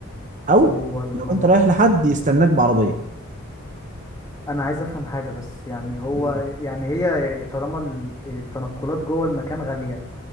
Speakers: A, on the right; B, on the left.
A: او
B: هو المو...
A: لو انت رايح لحد يستناك بعربيه
B: انا عايز افهم حاجه بس يعني هو
A: مم.
B: يعني هي طالما ال- التنقلات جوه المكان غاليه